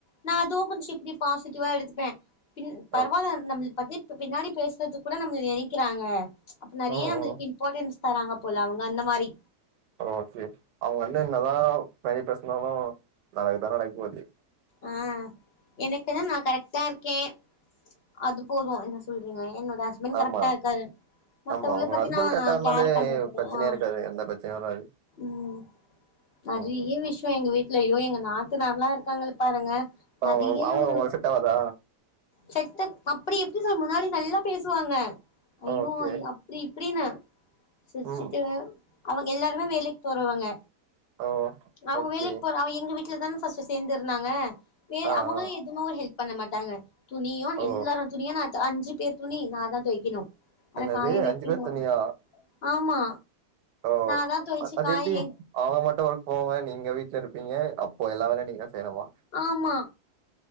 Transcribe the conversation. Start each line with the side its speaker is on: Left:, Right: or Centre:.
Left: நா அதுவும் கொஞ் சிப் இப் பாசிட்டிவா எடுத்துப்பேன் பின் பரவால்ல
Right: ஓக்
Left: நம்மள் பத்தி இப்ப பின்னாடி பேசுறது கூட நம்ம நினைக்கிறாங்க அப்ப நறையா
Right: ம்
Left: நம்மளுக்கு
Right: ம்.
Left: இம்பார்ட்டன்ஸ் தராங்க போல அவுங்க அந்த மாரி
Right: ஓ ஃபிளிம் அவுங்க வந்து இருந்தாதான் தனி பேசனாலும் நடக்குதான் நடக்க போகுது
Left: ஆ எனக்கு தான் நான் கரெக்ட் டா இருக்கேன் அது போதும் என்ன சொல்றீங்க என்னோட ஹஸ்பண்ட்
Right: ஆமா
Left: கரெக்டா இருக்காரு மத்தவங்க
Right: ஆமா. உங்க
Left: பத்தினாஹ
Right: ஹஸ்பண்ட் கரெக்ட்டா இருந்தாலே
Left: கேரி பண்றது இருகுங்கல
Right: பிரச்சனையே இருக்காது. எந்த பிரச்சனையும் வராது.
Left: ம் நறையா
Right: ம்.
Left: விஷயம் எங்க வீட்ல ஐயோ எங்க நாத்தனார்லா இருக்காங்கள ங்க பாருங்க
Right: ஓ
Left: நறையா
Right: அவங்க
Left: ஒரு
Right: உங்களுக்கு செட் ஆவாதா
Left: செக்கப் அப்டி எப்டி நம்ப முன்னாடி நல்லா பேசுவாங்க ஐயோ
Right: ஓகே
Left: ஐயோ அப் நீ இப்டின்னா சுச்சிட்டு
Right: ம்
Left: அ அவங்க எல்லாருமே வேலைக்கு போறவங்க
Right: ஓ
Left: அவுங்க
Right: ஓகே
Left: வேலைக்கு போற அவங்க எங்க வீட்டுலதானே ஃபஸ்ட் சேர்ந்து இருந்தாங்க வே
Right: ஆ ஆ
Left: அவங்களாம் எ எதுனா ஒரு ஹெல்ப் பண்ண மாட்டாங்க துணியு
Right: ஓ
Left: எல்லாரோட துணியு நான் அஞ்சு பேர் துணி நா தான் தொய்க்கணு அத
Right: என்னது
Left: காய வைக்கணு
Right: அஞ்சு பேர் தனியா
Left: ஆமா
Right: ஓ
Left: நா தா தொவச்சு
Right: அது
Left: காய
Right: எப்டி அவுங்க மட்டு ஒர்க் போவாங்க நீங்க வீட்ல இருப்பீங்க அப்ப எல்லா வேலயு நீங்கதா செய்ணுமா
Left: ஆமா